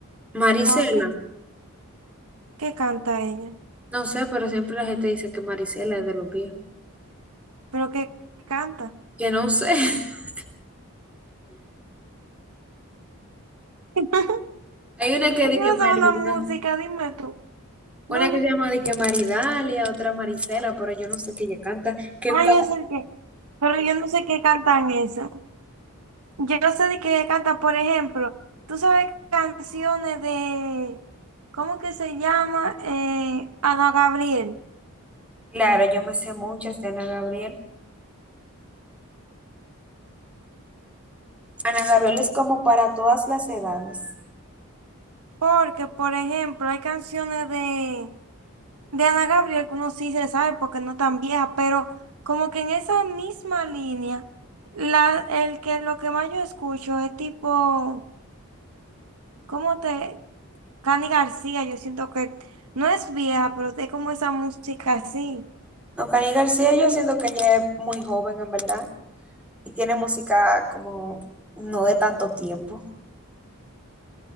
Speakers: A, in the centre; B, on the right (about 85°).
A: Marisela.
B: ¿Cómo es que, se- que canta ella?
A: No sé, pero siempre la gente dice que Marisela es de los viejos.
B: ¿Pero que canta?
A: Que no sé. <laughs>
B: <laughs>
A: Hay una que
B: Yo
A: dice que
B: no
A: Marida.
B: sé una música, dime tú.
A: Una
B: No,
A: que
B: no,
A: se llama dice que Maridalia, otra Marisela, pero yo no sé qué ella canta. Que
B: ay, es el que. Pero yo no sé qué cantan eso. Yo no sé de que canta, por ejemplo, tú sabes canciones de, ¿cómo que se llama? Eh, Ana Gabriel.
A: Claro, yo me sé muchas de Ana Gabriel. Ana Gabriel es como para todas las edades.
B: Porque, por ejemplo, hay canciones de, de Ana Gabriel que uno sí se sabe porque no tan vieja, pero como que en esa misma línea, la, el que lo que más yo escucho es tipo, ¿cómo te? Cani García, yo siento que no es vieja, pero es como esa música así.
A: No, Cani García, yo siento que ella es muy joven en verdad y tiene música como no de tanto tiempo.